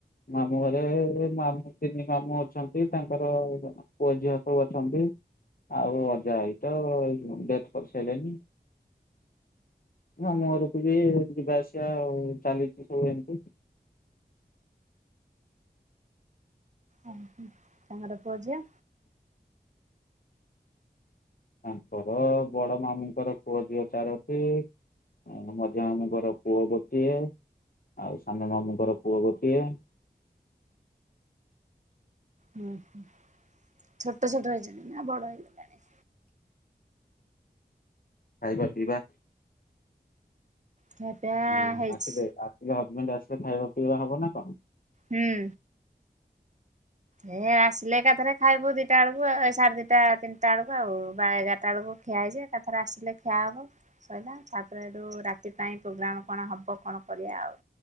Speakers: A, on the left (about 55°); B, on the right (about 45°).
A: ମାମୁଁ ଘରେ ମାମୁଁ ତିନି ମାମୁଁ ଅଛନ୍ତି। ତାଙ୍କର ପୁଅ ଝିଅ ସବୁ ଅଛନ୍ତି ଆଉ ଅଜା ଆଇ ତ ଡେଥ କରିସାରିଲେନି। ମାମୁଁ ଘରକୁ ବି ଯିବା ଆସିବା ଆଉ ଚାଲିଛି ସବୁ ଏମିତି
B: ଓ ହଁ ତାଙ୍କ ପୁଅ ଝିଅ?
A: ତାଙ୍କର ବଡ ମାମୁଁଙ୍କର ପୁଅ ଝିଅ ଚାରଟି ଆ ମଝିଆ ଆମଙ୍କର ପୁଅ ଗୋଟିଏ। ଆଉ ସାନ ମାମୁଁଙ୍କର ପୁଅ ଗୋଟିଏ।
B: ହୁଁ ହ ଛୋଟ ଛୋଟ ହେଇଛନ୍ତି ନା ବଡ ହେଲେଣି?
A: ଖାଇବା ପିଇବା
B: ଖିଆ ପିଆ
A: ହୁଁ
B: ହେଇଛି
A: ଆସିଲେ ଆସିଲେ ହଜବେଣ୍ଡ ଆସିଲେ ଖାଇବା ପିଇବା ହବ ନା କଣ?
B: ହୁଁ। ହେଁ ଆସିଲେ ଏକାଥରେ ଖାଇବୁ ଦିଟା ବେଳକୁ ଏ ସାଢେ ଦିଟା ତିନିଟା ବେଳକୁ ଆଉ ବା ଏଗାରଟା ବେଳକୁ ଖାଏ ଯେ ଏକାଥରେ ଆସିଲେ ଖିଆ ହେବ ସଇଲା ତାପରେ ଏଠୁ ରାତି ପାଇଁ ପ୍ରୋଗ୍ରାମ୍ କଣ ହେବ କଣ ବଢ଼ିଆ ଆଉ।